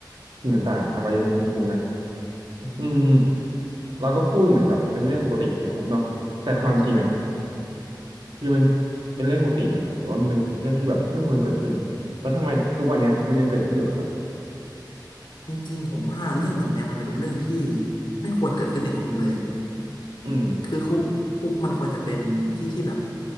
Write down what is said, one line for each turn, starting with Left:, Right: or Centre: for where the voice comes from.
Right: สิ่งต่างๆอวัยมุขในคุกนะ
Left: อืม
Right: อืมเราก็พูดเหมือนแบบเป็นเรื่องปกติในคุกเนาะแต่ความจริงอ่ะ
Left: ใช่ใช่
Right: คือมันเป็นเรื่องปกติไหมหรือว่ามันเป็นเรื่องที่แบบไม่ควรเกิดขึ้นแล้วทำไมทุกวันเนี้ยมันยังเกิดขึ้นอยู่ครับ
Left: จริงๆผมว่าเรื่องแบบเนี้ยมันเป็นเรื่องที่ไม่ควรเกิดขึ้นในคุกเลย
Right: อืม
Left: คือคุกคุกมันควรจะเป็นที่ที่แบบ